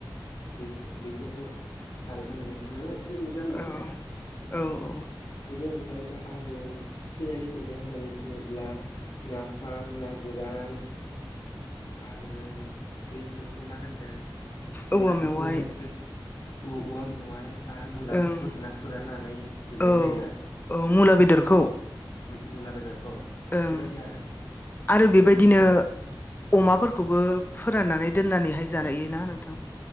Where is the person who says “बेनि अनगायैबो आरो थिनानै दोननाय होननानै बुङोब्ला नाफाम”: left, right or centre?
Left